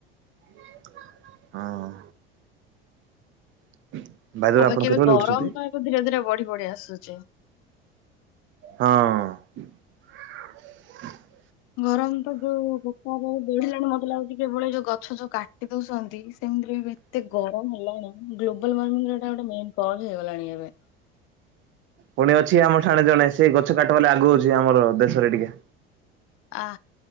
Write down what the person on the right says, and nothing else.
<unintelligible> ହଁ ଅଁ <unintelligible>
କେତେବେଳେ
ଉଠୁଛନ୍ତି?
ହଁ ଅଁ <unintelligible>
ପୁଣି ଅଛି ଆମ ଠାଣେ ଜଣେ, ସେ ଗଛ କାଟିବଲେ ଆଗୋଉଚି ଆମର ଦେଶରେ ଟିକେ।